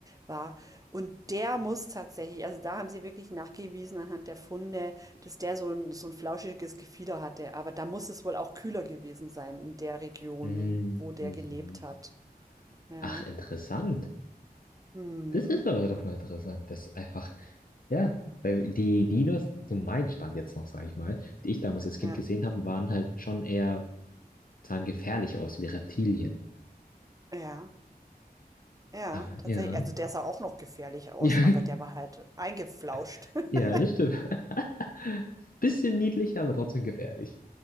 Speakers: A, on the right; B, on the left.
A: war. Und der muss tatsächlich, also da haben sie wirklich nachgewiesen anhand der Funde, dass der so ein, so ein flauschiges Gefieder hatte. Aber da muss es wohl auch kühler gewesen sein in der Region,
B: Mm,
A: wo der
B: Mhm.
A: gelebt hat. Ja.
B: Ach, interessant.
A: Mhm.
B: Das ist aber doch mal interessant, dass einfach Ja, weil die Dinos, so mein Stand jetzt noch, sage ich mal, die ich damals als Kind
A: Ja,
B: gesehen habe, waren halt schon eher, sahen gefährlich aus wie Reptilien.
A: ja, ja,
B: Aber
A: tatsächlich.
B: ja.
A: Also der sah auch noch gefährlich aus,
B: Ja,
A: aber der war halt eingeflauscht.
B: <laughs>
A: <laughs>
B: ja, das stimmt. <laughs> Bisschen niedlich, aber trotzdem gefährlich.